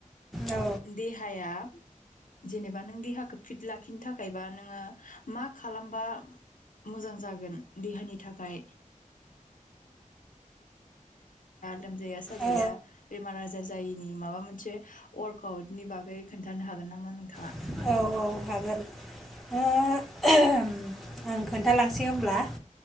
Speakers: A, in the centre; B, on the left.
A: औ
B: देहाया जेनेबा नों देहाखौ फिट लाखिनो थाखाय बा नोङो मा खालामबा मोजां जागोन देहानि थाखाय लोमजाया साजाया
A: औ
B: बेमार आजार जायैनि माबा मोनसे अरकाउटनि बागै खोन्थानो हागोन नामा नोंथाङा?
A: <inaudible> आं खोन्थालांसै अब्ला